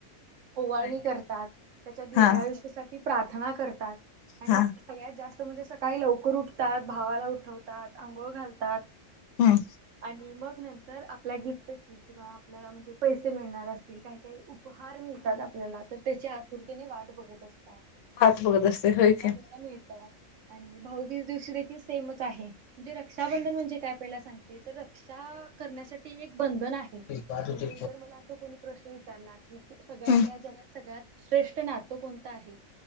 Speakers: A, on the right (about 70°); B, on the left (about 70°).
A: ओवळणी
B: होय की.
A: करतात त्याच्या दीर्घायुष्यासाठी्
B: हा
A: ती प्रार्थना करतात आणि-
B: हा
A: सगळ्यात जास्त म्हणजे सकाळी लवकर उठतात भावाला उठवतात आंघोळ घालतात
B: हम्म
A: आणि मग नंतर आपल्या गिफ्टची किंवा आपल्याला म्हणजे पैसे मिळणार असतील काही काही उपहार मिळतात अपल्याला तर त्याच्या आतुरतेने वाट बघत अस् का?
B: हात बघत असते होय की.
A: त्याला मिळता. आणि भाऊवीज दिवशी देखील सेमच आहे म्हणजे रक्षाबंधन म्हणजे काय पईला सांग. हे तर रक्षा करण्यासाठी एक बंधन आहे.
B: दादुचे.
A: ते जर मला असं कोणी प्रश्न विचारलात् ऊं कू सगळ्यात
B: हम्म.
A: या जगात सगळ्यात श्रेष्ठ नातं कोणतं आहे?